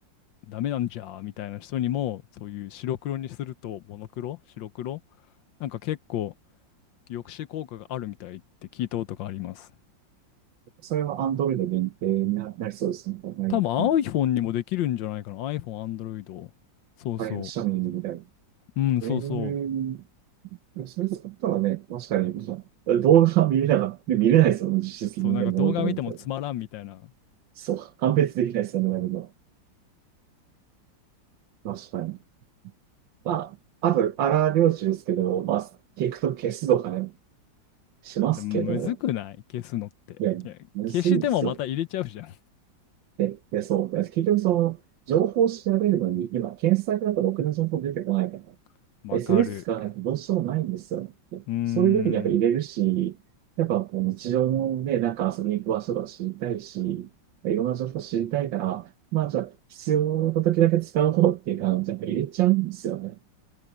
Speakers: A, on the left; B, on the right.
A: ダメなんじゃーみたいな人にも、そういう白黒にするとモノクロ、白黒、なんか結構抑止効果があるみたいって聞いたことがあります。
B: それは Android 限定にな、なりそうですね。はい。
A: 多分
B: うん。
A: iPhone にもできるんじゃないかな。iPhone、Android。そうそう。
B: い、シャミングみたいな。
A: うん、そうそう。
B: えー、でもそれ使ったらね、確かに、まあ動画は見れなかった。見れないですよね、実質的にね、
A: そう、なんか動画見てもつまらんみたいな。
B: モノクロみたいな。そう、判別できないですよね、何も。確かに。まあ、あと、荒療治ですけど、まあ、TikTok 消すとかね、しますけど、
A: でも、むずくない消すのって。
B: いや、
A: いや、
B: むずいですよ。
A: 消してもまた入れちゃうじゃん。
B: で、で、そう。で結局その、情報を調べるのに、今、検索だとろくな情報出てこないから。
A: <laughs> わかる。
B: SNS 使わないとどうしようもないんですよ。でそういう時にやっぱ入れるし、
A: うーん。
B: やっぱこう日常のね、なんか遊びに行く場所とか知りたいし、いろんな情報知りたいから、まあじゃあ必要な時だけ使おうっていう感じでやっぱ入れちゃうんですよね。